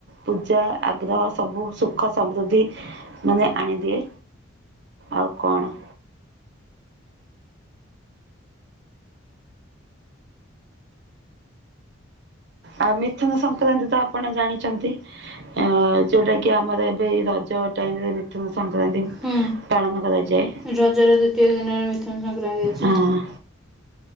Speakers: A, on the right (about 55°); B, in the centre.
A: ପୂଜା ଆଗ୍ରହ ସବୁ ସୁଖ ସମୃଦ୍ଧି ମାନେ ଆଣିଦିଏ ଆଉ କଣ। ଆଉ ମିଥୁନ ସଂକ୍ରାନ୍ତି ତ ଆପଣ ଜାଣିଛନ୍ତି। ଅ ଯୋଉଟା କି ଆମର ଏବେ ରଜ ଟାଇମ ରେ ମିଥୁନ ସଂକ୍ରାନ୍ତି
B: ହୁଁ
A: ପାଳନ କରାଯାଏ
B: ରଜର ଦ୍ଵିତୀୟ ଦିନରେ ମିଥୁନ ସଂକ୍ରାନ୍ତି ଅଛି।
A: ହଁ